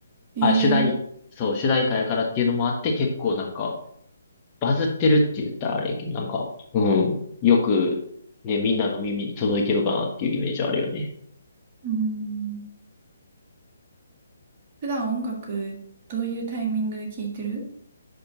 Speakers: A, on the right; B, on the left.
A: えー、
B: あ、主題、そう、主題歌やからっていうのもあって、結構なんか、バズってるって言ったらあれやけど、なんか、うん、よく、ね、みんなの耳に届いてるかなっていうイメージあるよね。
A: うーん。普段音楽、どういうタイミングで聴いてる